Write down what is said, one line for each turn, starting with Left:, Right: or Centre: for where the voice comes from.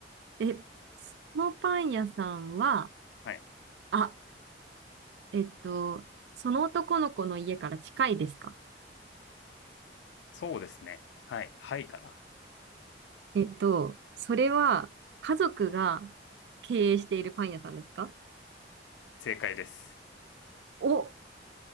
Right: え、そのパン屋さんは、
Left: はい。
Right: あ、えっと、その男の子の家から近いですか
Left: そうですね。はい、はいかな。
Right: えっと、それは家族が経営しているパン屋さんですか
Left: 正解です。
Right: お、